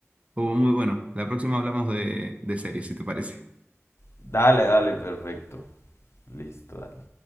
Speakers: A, on the right; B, on the left.
A: Estuvo muy bueno. La próxima hablamos de, de series, si te parece.
B: Dale, dale, perfecto. Listo, dale.